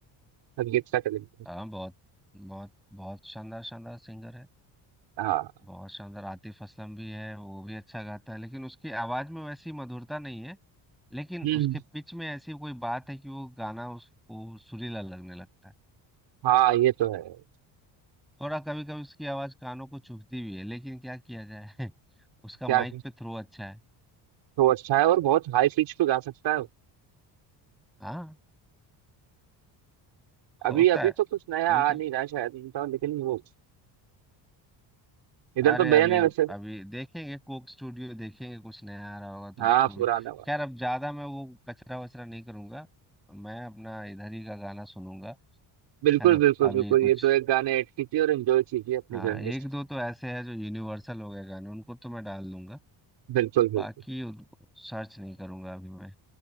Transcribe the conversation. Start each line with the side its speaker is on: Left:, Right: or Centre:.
Right: संगीत का टैलेंट है
Centre: हाँ बहुत बहुत बहुत शानदार शानदार सिंगर है
Right: हाँ
Centre: बहुत शानदार आतिफ असलम भी है वो भी अच्छा गाता है लेकिन उसकी आवाज में वैसी मधुरता नहीं है लेकिन
Right: हम्म
Centre: उसके पिच में ऐसी कोई बात है कि वो गाना उसको सुरीला लगने लगता है
Right: हाँ ये तो है
Centre: थोड़ा कभी कभी उसकी आवाज कानों को चुभती भी है लेकिन क्या किया जाए <laughs> उसका
Right: क्या
Centre: माइक पे थ्रो अच्छा है
Right: तो अच्छा है और बहुत हाई पिच पे गा सकता है
Centre: हाँ
Right: अभी
Centre: होता
Right: अभी
Centre: है
Right: तो कुछ नया
Centre: कोई
Right: आ
Centre: नहीं
Right: नहीं रहा शायद उनका लेकिन वो इधर
Centre: अरे
Right: तो
Centre: अभी
Right: बैन है वैसे
Centre: अभी देखेंगे कोक स्टूडियो देखेंगे कुछ नया आ रहा होगा तो
Right: हाँ
Centre: उसको भी
Right: पुराना वाला
Centre: खैर अब ज्यादा मैं वो कचरा वचरा नहीं करूंगा मैं अपना इधर ही का गाना सुनूंगा
Right: बिल्कुल
Centre: है ना
Right: बिल्कुल
Centre: अभी
Right: बिल्कुल
Centre: कुछ
Right: ये तो एक गाने ऐड कीजिए और एंजॉय कीजिए अपनी
Centre: हाँ
Right: जर्नी
Centre: एक दो तो ऐसे हैं जो यूनिवर्सल हो गए गाने उनको तो मैं डाल दूंगा
Right: बिल्कुल बिल्कुल
Centre: बाकी उनको सर्च नहीं करूंगा अभी मैं